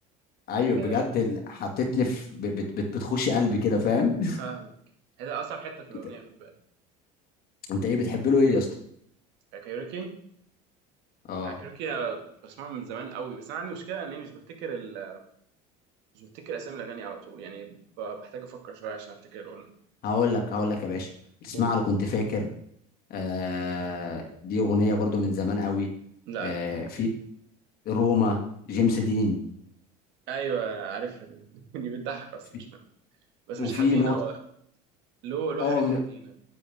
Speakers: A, on the left; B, on the right.
A: ايوه بجد
B: آه،
A: ال- حطيتني في بت... بت... بتخش قلبي كده فاهم
B: فاهمك هذا أصعب حتة في الأغنية
A: <laughs> انت
B: خد بالك
A: انت ايه بتحب له ايه يا اسطى
B: آه، كايروكي
A: اه
B: آه، كايروكي أنا بسمعه من زمان قوي بس أنا عندي مشكلة إن أنا مش بفتكر ال... مش بفتكر أسامي الأغاني على طول يعني ب- بحتاج أفكر شوية عشان أفتكر الأغنية
A: هقول لك هقول لك يا باشا تسمع
B: قول
A: له كنت فاكر آه دي اغنيه برضو من زمان قوي
B: لا
A: آه
B: لا
A: في روما جيمس دين
B: أيوه عارفها دي <laughs> دي بتضحك أصلا
A: في
B: مش بس
A: وفي
B: مش حزين
A: نقطه
B: او له له
A: اه
B: حاجات
A: م-
B: حزينه